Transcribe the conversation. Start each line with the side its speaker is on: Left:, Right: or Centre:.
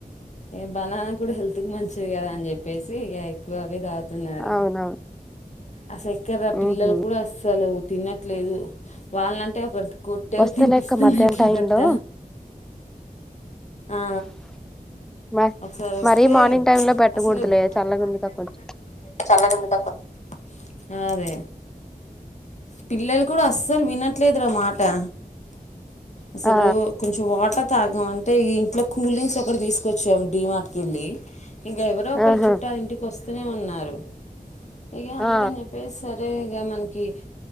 Left: ఏ బనాన్న కూడా హెల్త్ కి మంచిది కదా అని చెప్పేసి ఇక ఎక్కువ అవి దా. అన్నారూ
Centre: అవునవును
Left: అసల్ కే ఎక్కర పిల్లలు
Centre: ఉహు
Left: కూడా. అసలు తినట్లేదు. వాళ్ళంటే ఒక కొట్టే
Centre: వస్తలే
Left: తినిపిస్తున్నా
Centre: అక్క మధ్యాహ్నం
Left: ఎట్లో
Centre: టైమ్
Left: గట్ట
Centre: లో
Left: ఆ
Centre: మా
Left: ఒకసారి వస్తే
Centre: మరీ మార్నింగ్ టైమ్ లో పెట్టకూడదులే
Left: అసలు మ
Centre: చల్లగుందిగా
Left: మని పె
Centre: కొంచెం
Left: చల్లంది త. నాదే పిల్లలు కూడా అస్సలు వినట్లేదు రా మాట్ ట్ట అసలు
Centre: ఆ
Left: కొంచెం వాటర్ తాగమంటే ఈ ఇంట్లో కూలింగ్స్ <unintelligible> కూడా తీసుకొచ్చాం డి మట్కెళ్ళి. ఇంకా ఎవరో ఒకలు
Centre: ఆహా
Left: చుట్టాలు ఇంటికి వస్ స్తూనే ఉన్నారు ఇగ
Centre: ఆ
Left: అందుకని చెప్పేసి సర్ అరే ఇగా మనకి